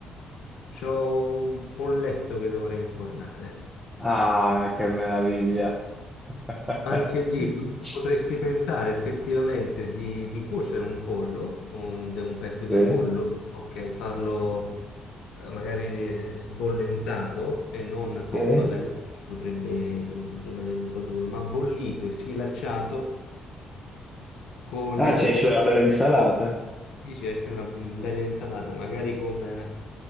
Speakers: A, on the left; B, in the centre.
A: c'ho un polletto che dovrei infornare.
B: Ah, che meraviglia! <laughs>
A: Anche lì pot- potresti pensare effettivamente di, di cuocere un pollo, un, de- un petto di
B: Sì,
A: pollo, ok, farlo eh, magari eh, sbollentato e non cotto
B: sì.
A: alla griglia, che potrebbe rim- rimanere un po' duro, ma bollito e sfilacciato con
B: Ah, ci esce una bella insalata.
A: Sì, ci esce una mm, bella insalata, magari con, eh,